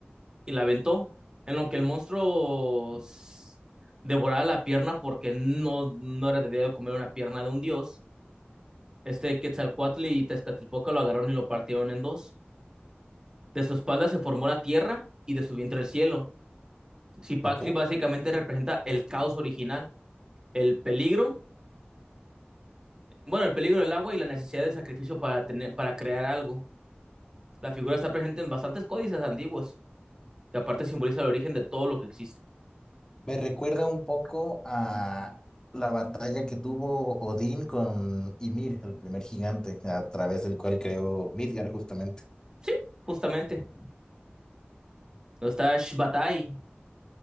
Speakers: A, on the right; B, on the left.
A: y la aventó, en lo que el monstruo s- devoraba la pierna porque no, no era debido comer una pierna de un dios. Este Quetzalcóatl y Tezcatlipoca lo agarraron y lo partieron en dos. De su espalda se formó la tierra y de su vientre el cielo. Cipactli
B: ok.
A: básicamente representa el caos original, el peligro, bueno, el peligro del agua y la necesidad de sacrificio para tener, para crear algo. La figura está presente en bastantes códices antiguos y aparte simboliza el origen de todo lo que existe.
B: Me recuerda un poco a la batalla que tuvo Odín con Ymir, el primer gigante, a través del cual creó Midgard, justamente.
A: Sí, justamente. Está Shbatai,